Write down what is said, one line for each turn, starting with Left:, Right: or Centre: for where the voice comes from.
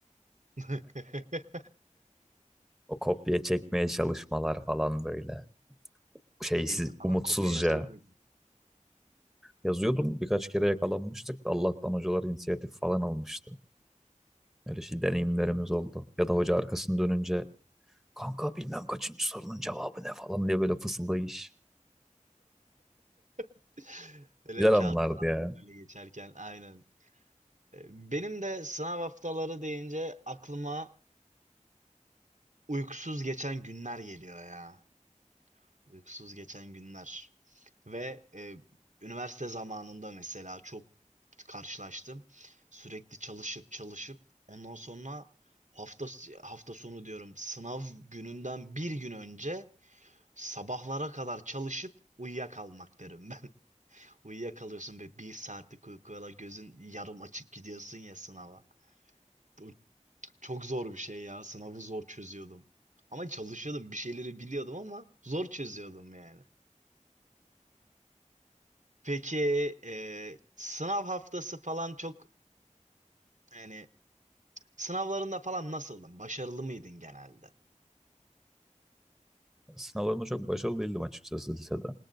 Right: <laughs>
Centre: o kopya çekmeye çalışmalar falan böyle şeysiz
Right: Eline falan
Centre: umutsuzca
Right: kopya yazıyor muydun?
Centre: yazıyordum. Birkaç kere yakalanmıştık da Allah'tan hocalar inisiyatif falan almıştı. Öyle şey deneyimlerimiz oldu. Ya da hoca arkasını dönünce kanka bilmem kaçıncı sorunun cevabı ne falan diye böyle fısıldayış.
Right: <laughs> Böyle
Centre: Güzel
Right: kağıttan
Centre: anlardı ya.
Right: falan öyle geçerken aynen. E, Benim de sınav haftaları deyince aklıma uykusuz geçen günler geliyor ya. Uykusuz geçen günler. Ve e, üniversite zamanında mesela çok karşılaştım. Sürekli çalışıp çalışıp ondan sonra hafta hafta sonu diyorum sınav gününden bir gün önce sabahlara kadar çalışıp uyuyakalmak derim ben. <laughs> Uyuyakalıyorsun ve bir saatlik uykuyla gözün yarım açık gidiyorsun ya sınava. Bu çok zor bir şey ya. Sınavı zor çözüyordum. Ama çalışıyordum, bir şeyleri biliyordum ama zor çözüyordum yani. Peki e, sınav haftası falan çok yani sınavlarında falan nasıldın? Başarılı mıydın genelde?
Centre: Sınavlarımda çok başarılı değildim açıkçası lisede.